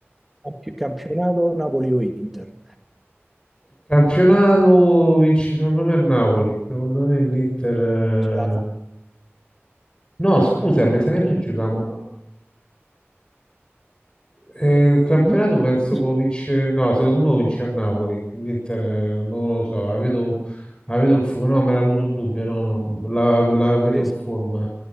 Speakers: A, in the centre; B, on the left.
A: Campi- Campionato Napoli o Inter.
B: Campionato vince secondo me il Napoli, secondo me l'Inter...
A: Ce la fa.
B: eh, No, scusa, mi sa che noi giochiamo... eh, il campionato
A: No,
B: penso
A: sì,
B: che lo vince... No, secondo me lo vince a Napoli, l'Inter eh, non lo so, la vedo, la vedo in forma, no, me l'ha avuto un dubbio, no, no, la, la vedo
A: sì,
B: in
A: sì,
B: forma